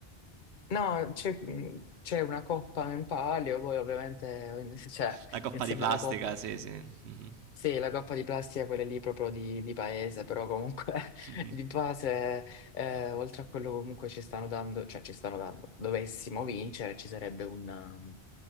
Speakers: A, on the left; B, on the right.
A: no, c'è mh, c'è una coppa in palio, poi ovviamente, eh, cioè,
B: La coppa
A: insieme
B: di plastica,
A: alla coppa.
B: sì, sì. Mhm.
A: Sì, la coppa di plastica, quella lì proprio di, di paese, però comunque <laughs>
B: <laughs>
A: di base, eh, oltre a quello comunque ci stanno dando, cioè ci stanno dando, dovessimo vincere, ci sarebbe un, um,